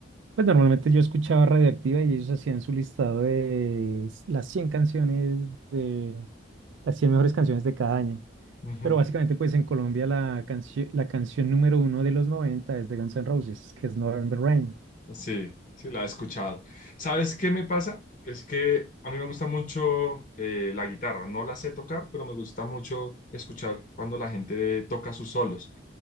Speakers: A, on the right; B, on the left.
A: pues normalmente yo escuchaba Radioactiva y ellos hacían su listado de las 100 canciones de las 100 mejores canciones de cada año.
B: ujú.
A: Pero básicamente, pues en Colombia la, canci- la canción número uno de los noventa es de Guns N' Roses, que es November Rain.
B: Sí, sí, la he escuchado. ¿Sabes qué me pasa? Es que a mí me gusta mucho eh, la guitarra. No la sé tocar, pero me gusta mucho escuchar cuando la gente toca sus solos.